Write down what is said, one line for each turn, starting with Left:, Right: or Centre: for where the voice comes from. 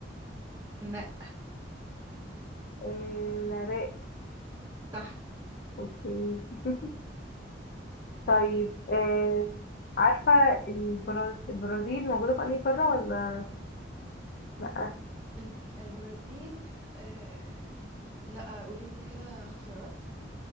Right: لا
Left: آه، العراق
Right: صح
Left: اوكي <laughs> طيب آه، عارفة البرا- البرازيل موجودة في أنهي قارة ولا لأ؟
Right: الب- البرازيل آه... لا قولي لي كده اختيارات